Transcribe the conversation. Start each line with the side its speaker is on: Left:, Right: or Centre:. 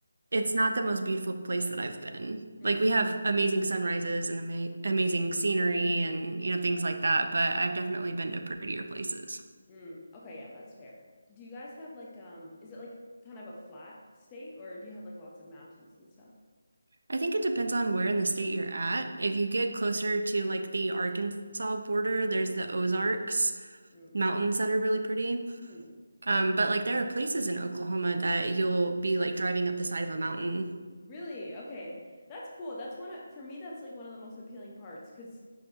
Right: it's not the most beautiful place that I've been.
Left: Mm.
Right: Like we have amazing sunrises and ama amazing scenery and you know things like that, but I've definitely been to prettier places.
Left: Mm, okay, yeah, that's fair. Do you guys have like um is it like kind of a flat state or do you have like lots of mountains and stuff?
Right: I think it depends on where in the state you're at. If you get closer to like the Arkansas border, there's the Ozarks
Left: Mm.
Right: mountains that are really pretty.
Left: Mhm.
Right: Um, but like there are places in Oklahoma that you'll be like driving up the side of a mountain.
Left: Really? Okay. That's cool. That's one of for me that's like one of the most appealing parts. Because